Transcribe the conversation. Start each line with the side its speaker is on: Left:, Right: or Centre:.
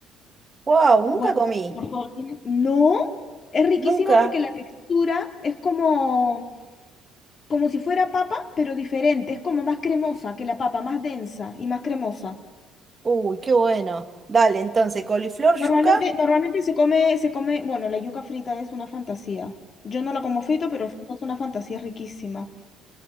Right: Wow, nunca
Left: Bueno,
Right: comí.
Left: por favor, tiene- No, es riquísima
Right: Nunca.
Left: porque la textura es como, como si fuera papa, pero diferente, es como más cremosa que la papa, más densa y más cremosa.
Right: Uy, qué bueno. Dale, entonces, coliflor,
Left: Normalmente,
Right: yuca,
Left: normalmente se come, se come, bueno, la yuca frita es una fantasía. Yo no la como frita, pero frita es una fantasía riquísima.